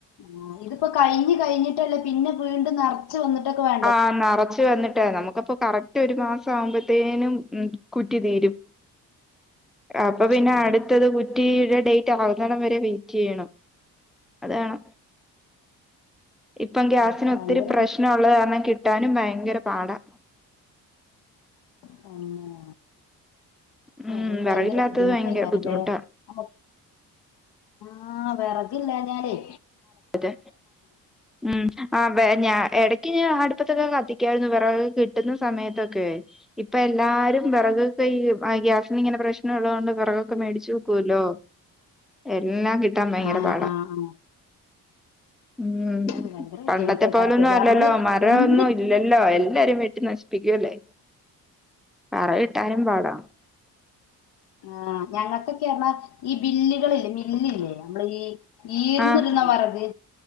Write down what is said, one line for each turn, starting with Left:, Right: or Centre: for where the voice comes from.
Left: ആഹ് ഇതിപ്പോ കഴിഞ്ഞ് കഴിഞ്ഞിട്ടല്ലേ പിന്നെ വീണ്ടും നെറ ച്ച് വന്നിട്ടൊക്കെ വ
Centre: ആഹ് നെറച്ച് വന്ന്ട്ട് വേണം നമുക്കപ്പൊ കറക്റ്റ് ഒരു മാസം ആവുമ്പത്തേനും ഉം കുറ്റി തീരും അപ്പൊ പിന്നെ
Left: ആ,
Centre: അട്ത്തൊരു കുറ്റിടെ ഡേ റ്റ് ആവുന്നടം വരേ വെയിറ്റ്യ്യണം അതാണ് ഇപ്പം ഗ്യാസിന്
Left: ഓ, ഭയങ്കര
Centre: ഒത്തിരി പ്രശ്നം ഉള്ള കാരണം കിട്ടാനും ഭയങ്കര പാടാ
Left: തന്നേ
Centre: ഉം
Left: അതോണ്ട്
Centre: വെറകില്ലാത്തത്
Left: ഭയങ്കര ബുദ്ധിമുട്ടെയ്ക്കാരം
Centre: ഭയങ്കര ബുദ്ധിമുട്ടാ
Left: ല്ലേ നമക് ആഹ് വെറകില്ലാഞ്ഞാലേയ്
Centre: പറ്റെ ഉം ആഹ് വെ ഞാ എടക്ക് ഞ അടുപ്പത്തൊക്കെ കത്തിക്കായിരുന്നു വെ വെറക് കിട്ടുന്ന സമയത്തൊക്കെയ് ഇപ്പൊ എല്ലാരും വെറകൊക്കെ ഈ ആ ഗ്യാസിന് ഇങ്ങനെ പ്രശ്നം ഉള്ളോണ്ട് വിറകൊക്കെ മേടിച്ചു വെക്കുവല്ലോ എല്ലാം കിട്ടാൻ ഭയങ്കര
Left: ആഹ്
Centre: പാടാ
Left: ആഹ് ആഹ്
Centre: ഉം
Left: അത് ഭയങ്കര ബുദ്ധിമുട്ടായിക്കാരത്തെ
Centre: പണ്ടത്തെ പോലൊന്നും
Left: നമ്മള്
Centre: അല്ലല്ലോ മരമൊന്നും
Left: എന്ത്
Centre: ഇല്ല ല്ലല്ലോ എല്ലാരും വെട്ടി നശിപ്പിക്കൂല്ലേ വെറെകിട്ടാനും പാടാ
Left: ആഹ ഞങ്ങൾക്കൊക്കെറഞ്ഞാ ഈ ബില്ലുകളില്ലേ മില്ലില്ലേ നമ്മടെ ഈ ഈർന്നിടുന്ന
Centre: അ ആഹ്
Left: വെറക്